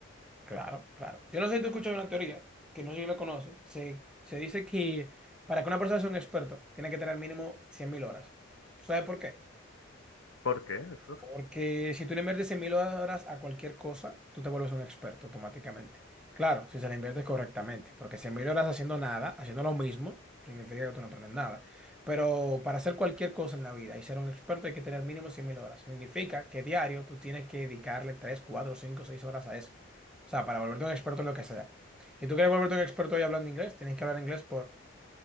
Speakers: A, in the centre; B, on the left.
A: Claro, claro. Yo no sé si tú escuchas una teoría, que no sé si la conoces. Se, se dice que para que una persona sea un experto, tiene que tener mínimo 100.000 horas. ¿Sabes por qué?
B: ¿Por qué? Eso
A: Porque si tú le inviertes 100 mil horas a cualquier cosa, tú te vuelves un experto automáticamente. Claro, si se le inviertes correctamente, porque 100 mil horas haciendo nada, haciendo lo mismo, significa que tú no aprendes nada. Pero para hacer cualquier cosa en la vida y ser un experto hay que tener mínimo 100 mil horas. Significa que diario tú tienes que dedicarle 3, 4, 5, 6 horas a eso. O sea, para volverte un experto en lo que sea. Y tú quieres volverte un experto hoy hablando inglés, tienes que hablar inglés por